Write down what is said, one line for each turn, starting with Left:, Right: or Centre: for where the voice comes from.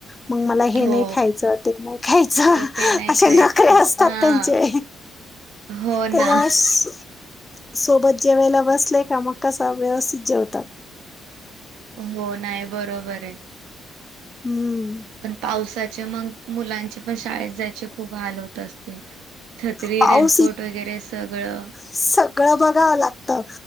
Left: मंग मला हे
Right: हो
Left: नाय खायचं ते नाय खायचं
Right: ते नाही
Left: असे
Right: खायचं
Left: नखरे असतात
Right: हा
Left: त्यांचे
Right: हो
Left: त्याच्यामुळे
Right: ना
Left: स- सोबत जेवायला बसले का मग कसा व्यवस्थित जेवतात.
Right: हो नाय बरोबर ये.
Left: हूं
Right: पण पावसाचे मंग मुलांचे पण शाळेत जायचे खूप हाल होत असतील. छत्री,
Left: पाऊस
Right: रेनकोट
Left: इ
Right: वगैरे सगळं
Left: सगळं बघावं लागतं